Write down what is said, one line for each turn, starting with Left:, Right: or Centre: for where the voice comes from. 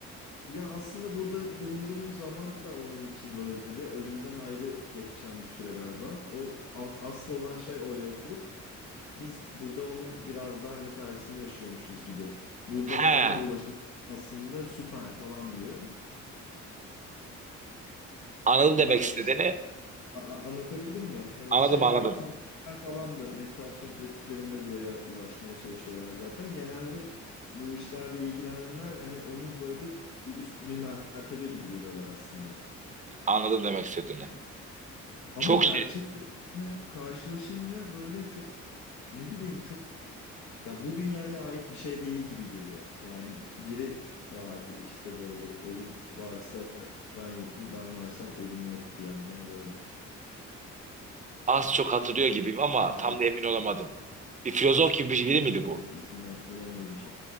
Left: Ya aslında burada bulunduğumuz zaman da onun için böyle bir ölümden ayrı geçen bir süre galiba. O as- asıl olan şey o yokluk. Biz burada onun biraz daha hani tersini yaşıyormuşuz gibi. Burada
Right: He.
Left: da ona ulaşıp aslında süper falan diyor.
Right: Anladım
Left: Biraz
Right: demek istediğini.
Left: işte A- Anlatabildim mi? Hani
Right: Anladım
Left: şeyler
Right: anladım.
Left: Tibetliler falan da meditasyon pratiklerinde buraya ulaşmaya çalışıyorlar zaten. Genelde t- bu işlerle ilgilenenler hani onu böyle bir üst bir mertebe gibi görüyorlar aslında.
Right: Anladım demek istediğini.
Left: Ama
Right: Çok
Left: gerçek
Right: şey
Left: bir öğütle karşılaşınca böyle çok ne bileyim çok ya bu dünyaya ait bir şey değil gibi geliyor. Yani biri vardı işte böyle ölüm varsa ben yokum ben varsam ölüm yok diye. Yani gene böyle
Right: az çok hatırlıyor gibiyim ama
Left: başka
Right: tam da emin olamadım. Bir filozof gibi bir biri
Left: bir filozof
Right: miydi bu?
Left: ismini hatırlayamıyorum.